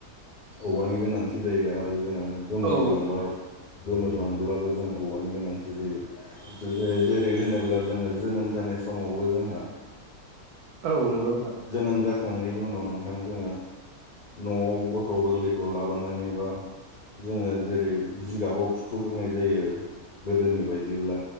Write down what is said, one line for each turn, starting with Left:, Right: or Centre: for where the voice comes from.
Left: औवानि गोनांथि जायो आरो जोङो गोमोरलांब
Right: औ
Left: गोमोरलांब्लाबो जों औवानि गोनांथि जायो जेरै होनोब्ला जोङो जोनोम जानाय समावबो जोंहा
Right: औ नंगौ नोंथां
Left: जोनोम जाखांनायनि उनाव नोंथां जोङो न'आव गथ' गोरलैखौ लाबोनानै बा जोङो जेरै जिगाबाव फुथ'ग्रोनाय जायो गोदोनि बायदिब्ला